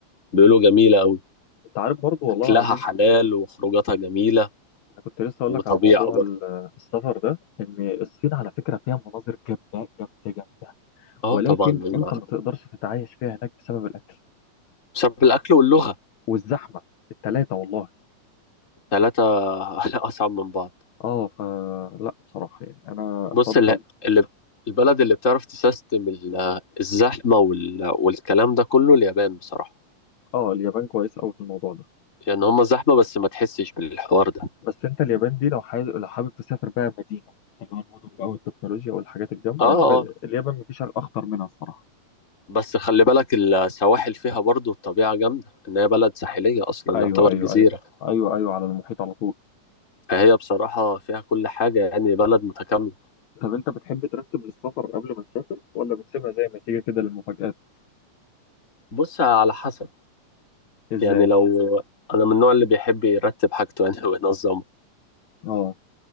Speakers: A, on the left (about 25°); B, on the left (about 65°).
A: بيقولوا جميلة أوي
B: انت عارف برضو والله
A: أكلها
B: العظيم
A: حلال وخروجاتها جميلة
B: أنا كنت لسه أقول
A: وطبيعة
B: لك على موضوع
A: برضو
B: ال- السفر ده إن الصين على فكرة فيها مناظر جامدة جامدة جامدة
A: أه
B: ولكن
A: طبعا مع-
B: أنت ما تقدرش تتعايش فيها هناك بسبب الأكل
A: بسبب الأكل واللغة
B: والزحمة التلاتة والله
A: ثلاثة <laughs> أصعب من بعض
B: أه فلا بصراحة يعني أنا
A: بص
B: أفضل
A: ال- اللي البلد اللي بتعرف تسيستم ال- الزحمة وال... والكلام ده كله اليابان بصراحة
B: أه اليابان كويس أوي في الموضوع ده
A: يعني هما زحمة بس ما تحسش بالحوار ده
B: بس أنت اليابان دي لو حابب لو حابب تسافر بقى مدينة اللي هو المدن بقى والتكنولوجيا والحاجات الجامدة
A: اه
B: الم-
A: اه
B: اليابان مفيش أخطر منها الصراحة
A: بس خلي بالك السواحل فيها برضو الطبيعة جامدة ان هي بلد ساحلية اصلا
B: أيوه
A: يعتبر
B: أيوه
A: جزيرة
B: أيوه أيوه أيوه على المحيط على طول
A: فهي بصراحة فيها كل حاجة يعني بلد متكاملة
B: طب انت بتحب ترتب للسفر قبل ما تسافر ولا بتسيبها زي ما تيجي كده للمفاجآت
A: بص على حسب
B: ازاي
A: يعني لو انا من النوع اللي بيحب يرتب حاجته يعني <laughs> وينظمه
B: اه